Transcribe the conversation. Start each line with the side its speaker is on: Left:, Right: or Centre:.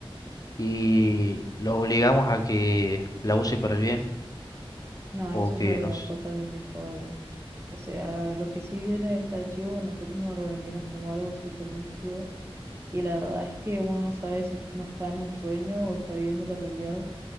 Left: y los obligamos a que la use para el bien
Right: No,
Left: o
Right: eso
Left: que
Right: es algo
Left: nos...
Right: totalmente improbable. O sea, lo que sí viene de este archivo, nosotros nos lo vendieron como algo súper lúcido y la verdad es que uno no sabe si no está en un sueño o está viviendo la realidad